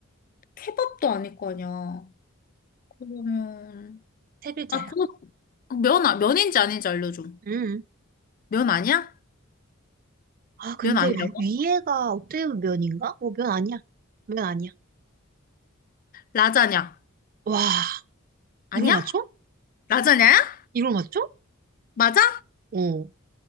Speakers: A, on the left (about 40°); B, on the right (about 45°).
A: 케밥도 아닐 거 아니야. 그러면,
B: 세 글자야.
A: 아, 그거, 면, 아- 면인지 아닌지 알려줘.
B: 응.
A: 면 아니야?
B: 아 근데
A: 면 아니라고?
B: 위- 위에가 어떻게 보면 면인가? 어, 면 아니야. 면 아니야.
A: 라자냐?
B: 와,
A: 아니야?
B: 이걸 맞춰?
A: 라자냐야?
B: 이걸 맞춰?
A: 맞아?
B: 어.